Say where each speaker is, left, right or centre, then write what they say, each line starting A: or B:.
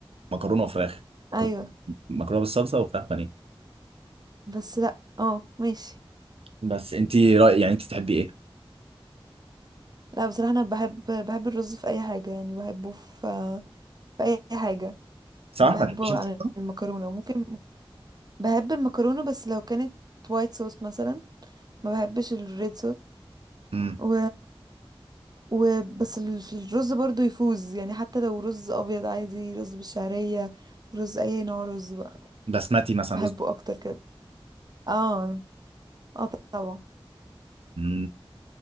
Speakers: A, on the right; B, on the right.
A: مكرونه وفراخ مكرونه
B: ايوه
A: مكرونه بالصلصه وفراخ بانيه
B: بس لا اه ماشي
A: بس انت رأي يعني انت تحبي ايه
B: لا بصراحة انا بحب بحب الرز في اي حاجة يعني بحبه في في اي حاجة
A: صح
B: بحبه
A: ما تحبيش المكرونه
B: عن المكرونة ممكن بحب المكرونة بس لو كانت وايت صوص مثلا ما بحبش الريد
A: امم
B: صوص وبس ال- في الرز برضو يفوز يعني حتى لو رز ابيض عادي رز بالشعرية رز اي نوع رز بقى
A: بسمتي مثلا
B: بحبه اكتر كده اه اه طبعا
A: رز